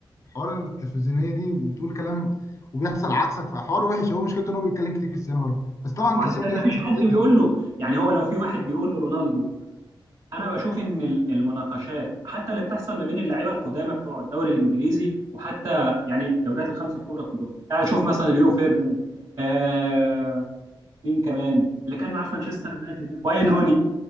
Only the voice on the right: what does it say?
وعلشان
ما فيش
حد
بيقول
له يعني هو لو في واحد بيقول له رونالدو انا بشوف ان ال- المناقشات حتى اللي بتحصل ما بين اللعيبه القدامى بتوع الدوري الانجليزي وحتى يعني الدوريات الخمسه الكبرى كلهم يعني شوف مثلا ريو فيردن آه مين كمان اللي كان معاه في مانشستر يونايتد واين روني